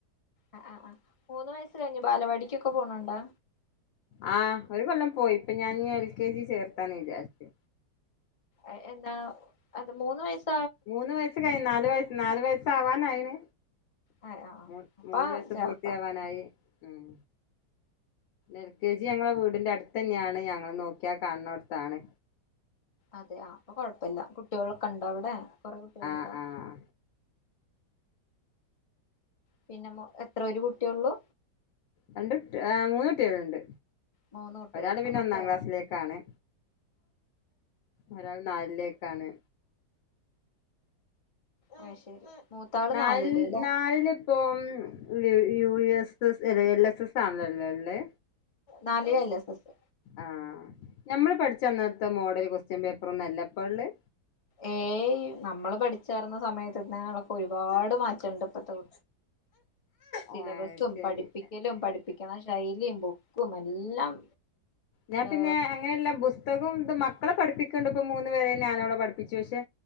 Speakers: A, on the left (about 30°); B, on the left (about 85°).
A: ആഹ് ആഹ് ആഹ് മൂന്ന് വയസ്സ് കഴിഞ്ഞു ബാലവാടികൊക്കെ പോണോണ്ടോ
B: ആഹ ഒരു കൊല്ലം പോയി ഇപ്പൊ ഞാൻ എൽ കെ ജി ചേർത്താന്ന് വിചാരിച്
A: എ എന്നാ അത് മൂന്ന് വയസ്സ്
B: മൂന്ന് വയസ്സ് കൈഞ്ഞ് നാല് വയസ്സ് നാല് വയസ്സ് സ്സാവാനായിണ്
A: ആ ആ
B: മു
A: അപ്പ
B: മൂന്ന് വയസ്സ്
A: ചേർക്കാം
B: പൂർത്തിയാവാനായി ഉം എൽ കെ ജി ഞങ്ങളെ വീടിന്റെ അടുത്ത് തന്നെയാണ് ഞങ്ങള് നോക്യാ കാണുന്നോടത്താണ്
A: അതെ ആ അപ്പൊ കൊഴപ്പില്ല കുട്ടികളൊക്കെ ഉണ്ടോ അവിടെ കൊറേ കുട്ടികളുണ്ടോ
B: ആഹ് ആഹ്
A: പിന്നെ എത്ര ഒരു കുട്ടിയൊള്ളൂ
B: രണ്ട് മൂന്ന് കുട്ടികളുണ്ട്
A: മൂന്ന് കുട്ടികളുണ്ടോ
B: ഒരാള് പിന്നെ
A: അതെ
B: ഒന്നാം ക്ലാസ്സിലേക്കാണ് ഒരാൾ നാലിലേക്കാണ്
A: ആ ശരി മൂത്താള്
B: നാലില്
A: അല്ലേ
B: നാലിലിപ്പോം യു. യു. എസ്. എസ് അല്ല എൽ. എസ്. എസ് ആണല്ലല്ലോല്ലെ
A: നാലില് എൽ. എസ്. എസ്
B: ആഹ് ഞമ്മള് പഠിച്ച അന്നത്ത മോഡല് ക്വ സ്റ്റ്യൻ പേപ്പറൊന്നല്ല ഇപ്പള്ളേ
A: ഏയ് നമ്മള് പഠിച്ചാർന്ന സമയത്ത് അന്നേങ്ങളൊക്കെ ഒരുപാട് മാറ്റണ്ട് ഇപ്പത്ത കു സിലബസും
B: ആഹ് ശരി
A: പഠിപ്പിക്കലും പഠിപ്പി ക്കണ ശൈലീം ബുക്കും എല്ലാം
B: ഞാൻ
A: ഏ
B: പിന്നെ അങ്ങനെല്ല പുസ്തകോം ഇതും മക് മക്കളെ പഠിപ്പിക്കേണ്ടപ്പ മൂന്നു പേരെംഞാനവിടെ പഠപ്പിച്ചു പക്ഷെ.